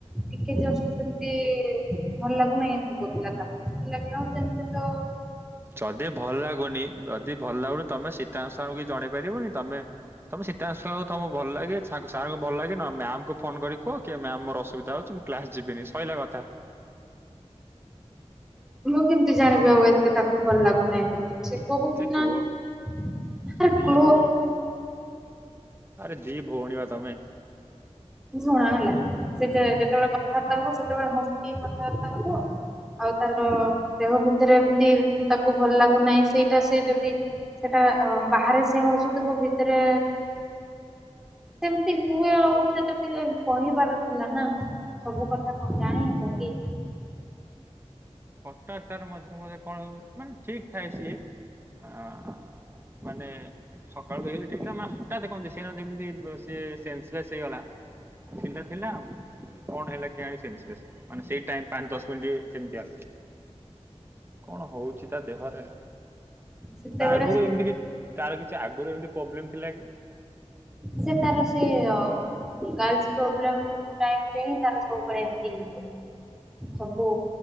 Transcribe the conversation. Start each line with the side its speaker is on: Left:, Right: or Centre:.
Centre: ଟିକେ ଜଷ୍ଟ ସେମତି ଭଲ ଲାଗୁନାହିଁ ଏମିତି କହୁଥିଲା ତାପରେ। ମୋତେ ଲାଗିଲା ହଁ ସେମିତି ତ
Right: ଯଦି ଭଲ ଲାଗୁନି, ଯଦି ଭଲ ଲାଗୁନି, ତମେ ସୀତାରାମ ସାରଙ୍କୁ ଜଣେଇ ପାରିବନି ତମେ ତମେ ସିତା <unintelligible> ତମ ଭଲ ଲାଗେ ସାର୍ ଭଲ ଲାଗେ ନହେଲେ ମ୍ୟାମ ଙ୍କୁ ଫୋନ କରି କୁହ କି ମ୍ୟାମ୍ ମୋର ଅସୁବିଧା ହେଉଛି ମୁଁ କ୍ଲାସ୍ ଯିବିନି ସଇଲା କଥା।
Centre: ମୁଁ କେମିତି ଜାଣିବି ଆଉ ଏତେ ତାକୁ ଭଲ ଲାଗୁନାହିଁ ବୋଲି। ସେ
Right: ଏତେ
Centre: କହୁବି
Right: କ୍ଲୋ
Centre: ନାଇଁ।
Right: ଦି ଭଉ ଆରେ ଦି ଭଉଣି ବା ତମେ।
Centre: ଶୁଣ ହେଲା- ସେ ଯେତେବେଳେ କଥାବାର୍ତ୍ତା ହବ ସେତେବେଳେ ହସି କି କଥାବାର୍ତ୍ତା ହବ। ଆଉ ତାର ଦେହ ଭିତରେ ଏମିତି ତାକୁ ଭଲ ଲାଗୁନାଇଁ ସେଇଟା ସେ ଯଦି ସେଟା ବାହାରେ ସେ ହସୁଥିବ ଭିତେରେ ସେମିତି ହୁଏ ଆଉ ସେ ଯଦି କହିବାର ଥିଲା ନା। ସବୁ କଥା କଣ ଜାଣି ହବକି।
Right: ହଠାତ୍ ତାର ମଝିରେ ମଝିରେ କଣ ହୋଉ ମାନେ ଠିକ ଥାଏ ସିଏ। ଆଁ ମାନେ ସକାଳୁ <unintelligible> ସେଦିନ ଯେମିତି ସିଏ ହେଇଗଲା। ଥିଲା ଥିଲା କଣ ହେଲା କେଆଣି ସେନ୍ସଲେସ୍ ମାନେ ସେଇ ଟାଇମ୍ ପାନ୍ ଦଶ ମିନିଟ୍ ସେମିତିଆ କଣ ହୋଉଚି ତା ଦେହରେ।
Centre: ସେତେବେଳେ
Right: ତା ଆଗୁରୁ ଏମତି କି ତାର କିଛି ଆଗୁରୁ ଏମିତି ପ୍ରୋବ୍ଲେମ ଥିଲା କି?
Centre: ସେ ତାର ସେ କଣ <unintelligible> ଗାର୍ଲ୍ସ ପ୍ରୋବ୍ଲମ୍ ଟାଇମ୍ ରେ ହିଁ ତାର ସବୁ ବେଳେ ଏମିତି ହିଁ ହୁଏ। ହୋବୁ